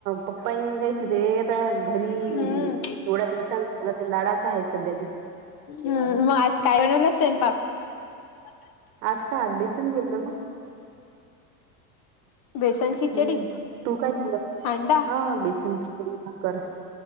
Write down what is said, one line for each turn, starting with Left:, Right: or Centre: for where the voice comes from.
Right: पप्पा ही काहीच नाही ते आता घरी
Left: हम्म
Right: एवढ्या दिवसान झान ता लाडात. <unintelligible> आहे सध्या ते
Left: हम्म मग आज काय बनवला सैपांक. <unintelligible>
Right: आज का आज बिसन <unintelligible> गेलतव
Left: बेसन खिचडी
Right: हम्म तू काय झालं
Left: हांडा
Right: हा बेसन खिचडी न कर